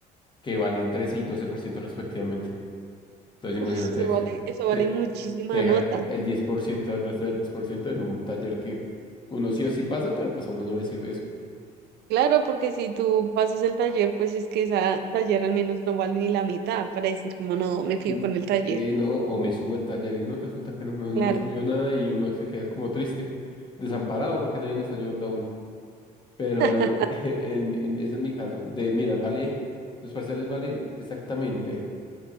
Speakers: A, on the left (about 30°); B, on the right (about 75°).
A: que valen 13 y 12% respectivamente. Entonces imagínate
B: Uy, Eso
A: eso,
B: vale, eso
A: te,
B: vale muchísima
A: te deja
B: nota.
A: el 10% del resto del 10% en un taller que uno sí o sí pasa, pero pues a uno no le sirve eso.
B: Claro, porque si tú pasas el taller, pues es que esa taller al menos no vale ni la mitad para decir como no, me fío
A: Mm,
B: con el taller.
A: Sí, no, o me subo el taller y no, resulta que no, no, no
B: Claro.
A: subió nada y uno se queda como triste, desamparado porque nadie le está ayudando a uno. Pero
B: <laughs>
A: el- <laughs> en- en- ese es mi caso, de mira, vale, los parciales valen exactamente.